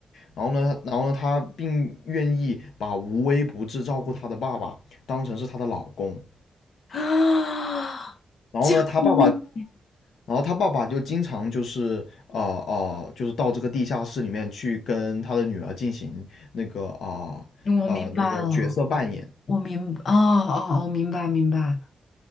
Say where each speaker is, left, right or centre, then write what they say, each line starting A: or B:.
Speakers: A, on the left; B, on the left.
A: 然后呢，然后呢，他并愿意把无微不至照顾他的爸爸当成是他的老公。
B: 啊，
A: 然后呢，
B: 救命！
A: 他爸爸然后他爸爸就经常就是呃呃，就是到这个地下室里面去跟他的女儿进行那个啊呃，
B: 我明白了，
A: 呃那个角色扮演
B: 我明，哦哦，啊！明白，明白。